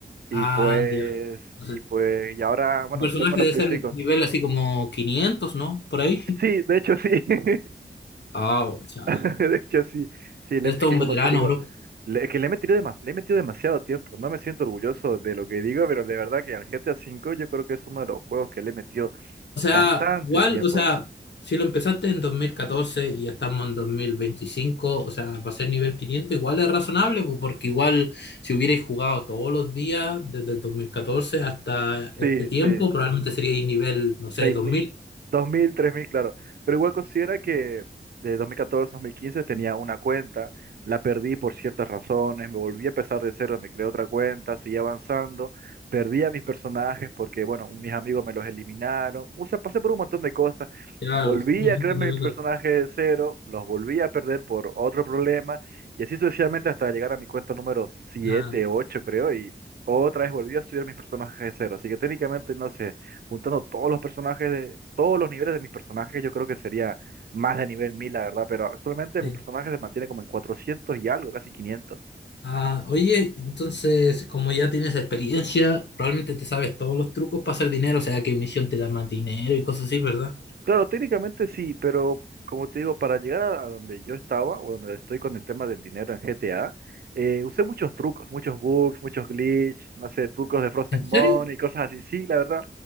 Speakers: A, on the right (about 60°); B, on the left (about 75°).
A: Y
B: ah,
A: pues,
B: ya. Entonces,
A: y pues, y ahora, bueno,
B: un personaje
A: tengo la
B: debe
A: Play
B: ser
A: 5.
B: nivel así como 500, ¿no? Por ahí.
A: Sí,
B: <laughs>
A: de hecho, sí. <laughs>
B: Ah, o sea,
A: <laughs> De hecho, sí, sí, le-
B: Esto
A: es que
B: es un
A: como
B: veterano,
A: te digo,
B: bro.
A: le- es que le he metido demas- le he metido demasiado tiempo. No me siento orgulloso de lo que digo, pero de verdad que al G T a cinco yo creo que es uno de los juegos que le he metido
B: O sea,
A: bastante
B: igual,
A: tiempo.
B: o sea, si lo empezaste en 2014 y ya estamos en 2025, o sea, para ser nivel 500 igual es razonable, pues, porque igual si hubierais jugado todos los días desde el 2014 hasta este
A: Sí,
B: tiempo,
A: sí.
B: probablemente seríais nivel, no sé,
A: Seis
B: 2000.
A: mil, dos mil, tres mil, claro. Pero igual considera que de 2014 a 2015 tenía una cuenta, la perdí por ciertas razones, me volví a empezar de cero, me creé otra cuenta, seguí avanzando, perdí a mis personajes porque, bueno, mis amigos me los eliminaron, o sea, pasé por un montón de cosas,
B: Claro,
A: volví
B: un
A: a
B: montón
A: crearme
B: de
A: mi
B: cosas.
A: personaje de cero, los volví a perder por otro problema, y así sucesivamente hasta llegar a mi cuenta número siete
B: Ah,
A: ocho creo, y otra vez volví a subir mis personajes de cero, así que técnicamente no sé juntando todos los personajes de todos los niveles de mis personajes, yo creo que sería más de nivel mil la verdad, pero actualmente
B: sí.
A: mi personaje se mantiene como en 400 y algo, casi quinientos
B: Ah, oye, entonces, como ya tienes experiencia, probablemente te sabes todos los trucos para hacer dinero, o sea, qué misión te da más dinero y cosas así, ¿verdad?
A: Claro, técnicamente sí, pero como te digo, para llegar a, a donde yo estaba o donde estoy con el tema del dinero en GTA, eh, usé muchos trucos, muchos bugs, muchos glitch, no sé, trucos de Frozen
B: ¿En
A: Money
B: serio?
A: y cosas así. Sí, la verdad,